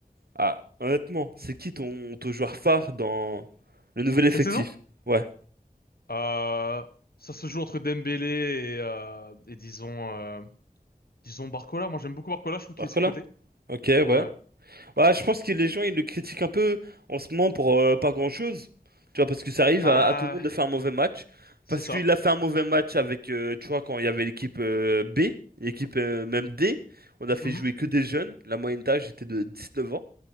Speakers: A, on the right; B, on the left.
A: Ah, honnêtement, c'est qui ton, ton joueur phare dans le nouvel effectif?
B: Cette saison,
A: Ouais.
B: euh, ça se joue entre Dembélé et, euh, et disons, euh, disons Barcola. Moi j'aime beaucoup Barcola, je trouve qu'il
A: Barcola?
B: est sous-coté.
A: Ok, ouais.
B: Ouais.
A: Bah, je pense que les gens, ils le critiquent un peu en ce moment pour euh, pas grand-chose. Tu vois, parce que ça arrive
B: Bah,
A: à, à tout le monde de faire un mauvais match.
B: c'est
A: Parce
B: ça.
A: qu'il a fait un mauvais match avec, euh, tu vois, quand il y avait l'équipe euh, B, l'équipe euh, même D. On a fait
B: Mhm.
A: jouer que des jeunes. La moyenne d'âge était de 19 ans.